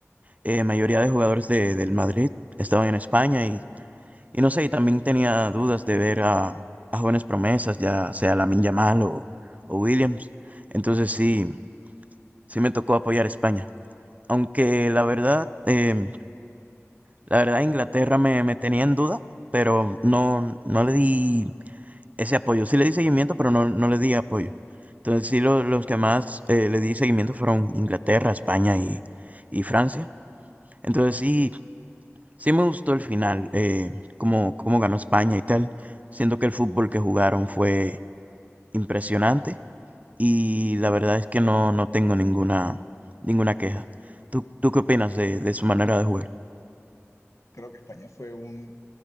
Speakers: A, on the right; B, on the left.
A: eh, mayoría de jugadores de, del Madrid estaban en España y, y no sé, y también tenía dudas de ver a, a jóvenes promesas, ya sea Lamine Yamal o, o Williams. Entonces sí, sí me tocó apoyar a España. Aunque la verdad, em, La verdad, Inglaterra me, me tenía en duda, pero no, no le di ese apoyo. Sí le di seguimiento, pero no, no le di apoyo. Entonces sí lo- los que más eh, le di seguimiento fueron Inglaterra, España y, y Francia. Entonces sí, sí me gustó el final, eh, cómo, cómo ganó España y tal. Siento que el fútbol que jugaron fue impresionante y la verdad es que no, no tengo ninguna, ninguna queja. ¿Tú, tú qué opinas de, de su manera de jugar?
B: Creo que España fue un